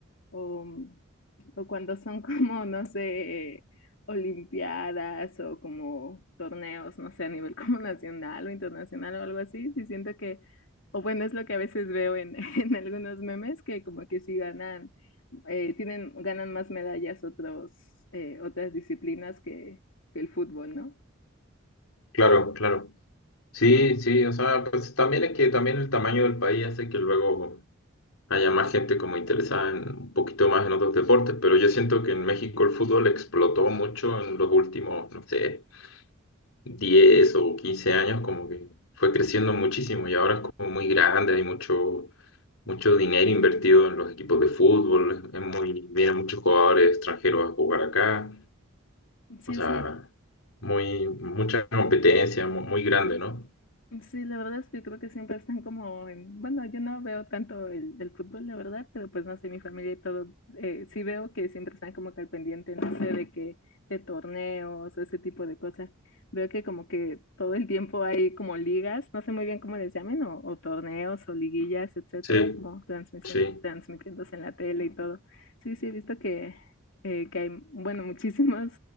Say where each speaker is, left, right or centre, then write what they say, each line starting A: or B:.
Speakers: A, on the left; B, on the left.
A: o, mm, o cuando son como, no sé, olimpiadas o como torneos, no sé, a nivel <laughs> como nacional o internacional o algo así, sí siento que, o bueno, es lo que a veces veo en, <laughs> en algunos memes, que como que sí ganan, eh, tienen, ganan más medallas otros, eh, otras disciplinas que, que el fútbol, ¿no?
B: Claro, claro. Sí, sí, o sea, pues también es que también el tamaño del país hace que luego haya más gente como interesada en un poquito más en otros deportes, pero yo siento que en México el fútbol explotó mucho en los últimos, no sé, 10 o 15 años, como que fue creciendo muchísimo y ahora es como muy grande, hay mucho, mucho dinero invertido en los equipos de fútbol, es muy, vienen muchos jugadores extranjeros a jugar acá,
A: Sí,
B: o sea,
A: sí,
B: muy, mucha competencia, mu- muy, grande, ¿no?
A: Sí, la verdad es que creo que siempre están como en, bueno, yo no veo tanto el, el fútbol, la verdad, pero pues no sé, mi familia y todo, eh, sí veo que siempre están como que al pendiente, no sé, de que, de torneos o ese tipo de cosas. Veo que como que todo el tiempo hay como ligas, no sé muy bien cómo les llamen, o, o torneos o liguillas, etcétera,
B: Sí,
A: como transmisión,
B: sí.
A: transmitiéndose en la tele y todo. Sí, sí, he visto que, eh, que hay, bueno, muchísimos,